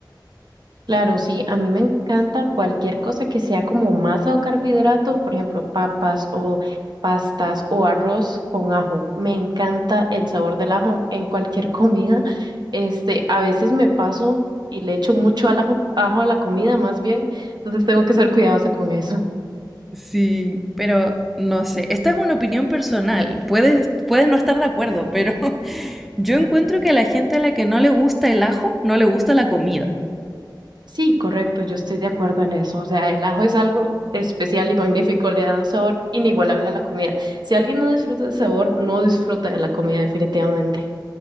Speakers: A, on the right; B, in the centre.
A: Claro, sí, a mí me encanta cualquier cosa que sea como masa o carbohidrato, por ejemplo, papas o pastas o arroz con ajo. Me encanta el sabor del ajo en cualquier <laughs> comida. Este, a veces me paso y le echo mucho al ajo, ajo a la comida, más bien, entonces tengo que ser cuidadosa con eso.
B: Sí, pero no sé, esta es una opinión personal. Puedes, puedes no estar de acuerdo, pero <laughs> Yo encuentro que a la gente a la que no le gusta el ajo, no le gusta la comida,
A: Sí, correcto, yo estoy de acuerdo en eso. O sea, el ajo es algo especial y magnífico, le da un sabor inigualable a la comida. Si alguien no disfruta del sabor, no disfruta de la comida definitivamente.